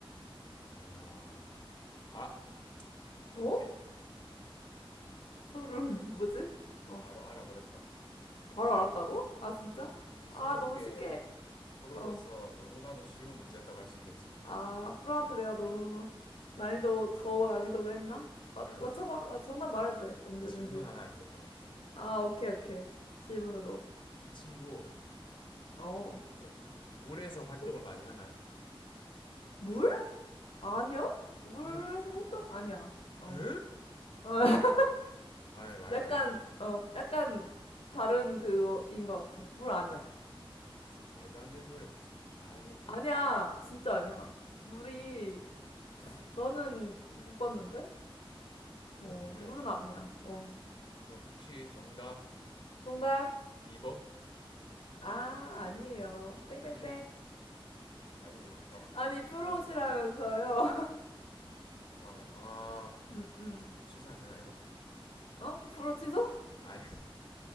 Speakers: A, on the left (about 50°); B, on the left (about 75°).
A: 아, 아, 오케이.
B: 어? 소름,
A: 이거는
B: <laughs> 뭐지? 어,
A: 바로 알아버렸다.
B: 바로 알았다고? 아, 진짜?
A: 이 수목의
B: 아, 너무 쉽게,
A: 프로로서
B: 어,
A: 너무나도 쉬운 문제였다고 할 수 있겠지, 이건.
B: 아, 프로한테 내가 너무 난이도, 저 난이도로 했나?
A: 그러면
B: 맞, 맞춰봐. 아, 정답 말해도 돼, 언제든지.
A: 질문 하나 할게, 그러면.
B: 아, 오케이, 오케이. 질문으로.
A: 이 친구,
B: 어,
A: 보통, 물에서 활동을
B: 뭐,
A: 많이 하나요?
B: 물? 아니야? 물에서
A: 으,
B: 활동? 아니야. 어.
A: 으?
B: <laughs>
A: 아이, 말도
B: 약간
A: 안 돼, 자.
B: 어 약간 다른 그인 것 같아. 물 아니야.
A: 아이, 무슨 말도 안 되는 소리야, 무슨. 아니,
B: 아니야 진짜 아니야. 물이 나는 못 봤는데.
A: 물이
B: 어
A: 아니라고.
B: 물은
A: 자,
B: 아니야. 어
A: 잠깐, 혹시 정답,
B: 정답
A: 비버?
B: 아 아니에요. 땡땡땡.
A: 아니, 자, 잠깐, 아니, 잠깐만.
B: 아니 프로시라면서요.
A: 잠깐만. 아,
B: <laughs> 음 음.
A: 취소 안 되나, 이거?
B: 어 프로 취소?
A: 아이,